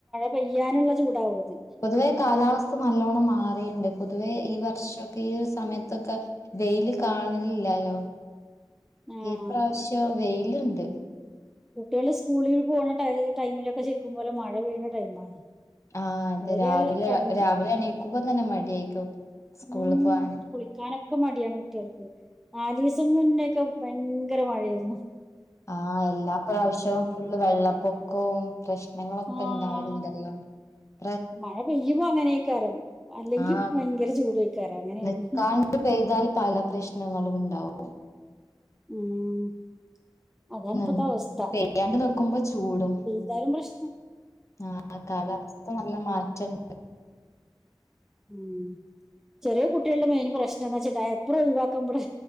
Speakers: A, in the centre; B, on the left.
A: പെയ്യാനുള്ള ചൂടാവും അത്
B: പൊതുവേ കാലാവസ്ഥ നല്ലവണ്ണം മാറിഇണ്ട് പൊതുവേ ഈ വർഷൊക്കെ ഈ സമയത്തൊക്കെ വെയില് കാണലില്ലാലോ
A: ആഹ്
B: ഈ പ്രാവശ്യം വെയിലുണ്ട്
A: കുട്ട്യാൾ സ്കൂളിൽ പോണ ടൈ ടൈമിലൊക്കെ ശരിക്കും പോലെ മഴ പെയ്യണ ടൈമാണ്
B: ആഹ് അതെ
A: ഇവര്
B: രാവിലെ
A: രൺ-
B: രാവിലെ എണീക്കുമ്പ തന്നെ മടിയായിക്കും സ്കൂളില്
A: ഉം
B: പോവാന്.
A: കുളിക്കാനൊക്കെ മടിയാണ് കുട്ട്യാക്ക് നാലീസും മുന്നേൊക്കെ ഭ ങ്കര മഴയാർന്നു
B: ആഹ് എല്ലാ പ്രാവശ്യം ഫുള്ള് വെള്ളപ്പൊക്കൊം പ്രശ്നങ്ങളൊക്കെ
A: ആഹ്
B: ഇണ്ടാവലുണ്ടല്ലോ <unintelligible>
A: മഴ പെയ്യുമ്പോ അങ്ങനെക്കാരം അല്ലെങ്കിൽ
B: ആഹ്
A: ഭയങ്കര ചൂടുംയേക്കാരം അങ്ങനെയാണ്
B: നിക്കാണ്ട് പെയ്താൽ പല പ്രശ്നങ്ങളും ഉണ്ടാവും
A: ഉം അതാണ് ഇപ്പത്തെ
B: ഉ
A: അവസ്ഥ
B: പെയ്യാണ്ട് നിക്കുമ്പോ ചൂടും
A: എന്തായാലും പ്രശ്ന
B: ആഹ് കാലാവസ്ഥ നല്ല മാറ്റണ്ട്
A: ഉം ചെറിയ കുട്ടികളുടെ മെയിന് പ്രശ്നം എന്ന് വെച്ച ടയപ്പറു ഒഴിവാക്കുമ്പടെ